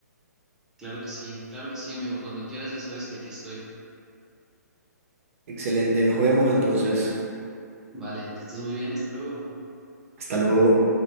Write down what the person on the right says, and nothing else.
Excelente, nos vemos entonces.
Hasta luego.